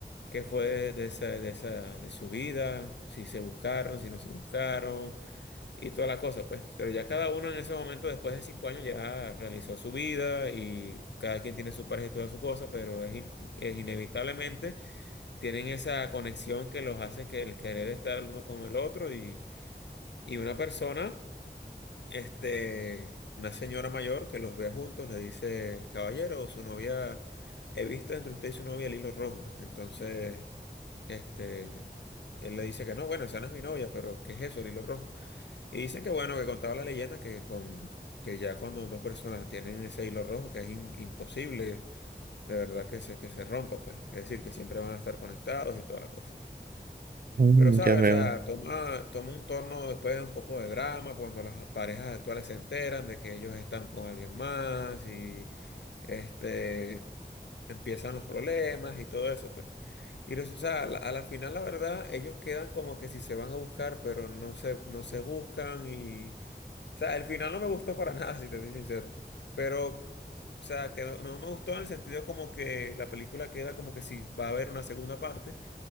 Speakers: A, on the left; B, on the right.
A: qué fue de esa, de esa, de su vida, si se buscaron, si no se buscaron, y toda la cosa, pues. Pero ya cada uno en ese momento, después de cinco años, ya realizó su vida y cada quien tiene su pareja y toda su cosa, pero es, in- es inevitablemente tienen esa conexión que los hace que el querer estar el uno con el otro y, y una persona. Este, una señora mayor que los ve juntos le dice, caballero, su novia, he visto entre usted y su novia el hilo rojo. Entonces, este, él le dice que no, bueno, esa no es mi novia, pero ¿qué es eso, el hilo rojo? Y dicen que bueno, que contaba la leyenda que con, que ya cuando dos personas tienen ese hilo rojo, que es im- imposible, de verdad que se, que se rompa, pues. Es decir, que siempre van a estar conectados y toda la cosa.
B: Mm,
A: Pero, ¿sabes?
B: ya veo.
A: O sea, toma, toma un torno después un poco de drama cuando las parejas actuales se enteran de que ellos están con alguien más y este, empiezan los problemas y todo eso, pues. Y, res- o sea, a la, a la final, la verdad, ellos quedan como que si se van a buscar, pero no se, no se buscan y... O sea, el final no me gustó para <laughs> nada, si te soy sincero. Pero, o sea, que no, no me gustó en el sentido como que la película queda como que si va a haber una segunda parte.